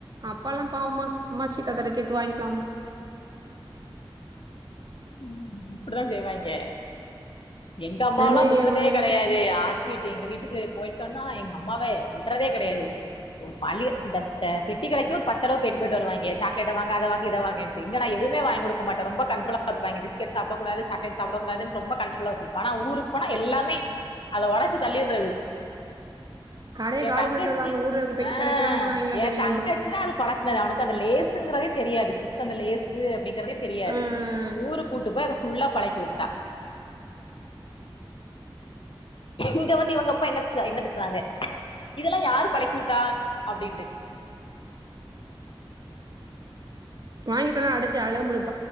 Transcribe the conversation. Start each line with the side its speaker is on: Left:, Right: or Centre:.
Right: அப்பா லா பாவமா அம்மாச்சீ தத்தா கிட்ட கேட்டு வாங்கிக்கலாம்மா
Left: ம் அப்டிதா செய்வாங்கே எங்க அம்மாவலா
Right: அதே மாரி
Left: விட்றதே
Right: என் கூட வந்துட்டு
Left: கெடையாதை ஆ வீட்டு எங்க வீட்டுக்கு போயிட்டோனா எங்க அம்மாவே விடறதே கெடையாது ஒரு மளிய பெட்டி கடைக்கு ஒரு பத் தடவ பேய்ட்டு பேயிட்டு வருவாங்க சாக்லேட்ட வாங்க அத வாங்க இத வாங்க மேன்ட்டு‌ இங்க நா எதுமே வாங்கி குடுக்க மாட்ட ரொம்ப கண்ட்ரோல இருப்ப பீஸ்கேட் சாப்ட கூடாது சாக்லேட் சாப்ட கூடாதுன்டு ரொம்ப காண்ரோல வச்சிருப் பணா ஊருக் போனா எல்லாமே அத ஒடச்சு தள்ளீட்றது
Right: கடையை
Left: எ
Right: காலி
Left: தங்கச்சி
Right: பண்ணிட்டு வருவாங்க ஊர்ல இருக்க பெட்டி
Left: ஆஹ்
Right: கடைக்கெல்லாம் போனாங்களாம்
Left: எ
Right: இவங்களும்
Left: தங்கச் சிதா அத பழக்னது அவனுக்கு அந்த லேசுங்கிறதே தெரியாது சிப்ஸ் அந்தலேஸ் அப்டிங்கறதே தெரியாது
Right: ஆஹ்
Left: ஊரு கூட்டு போய் அதை ஃபுல்லா பழக்கி உட்டா இங்க வந்து இவங்க அப்பா என்ன என்ன திட்றாங்க இதெல்லா யார் பழக்கிஉட்டா அப்டின்ட்டு
Right: வாங்கிதர்லனா அடிச்சு அழம் <unintelligible>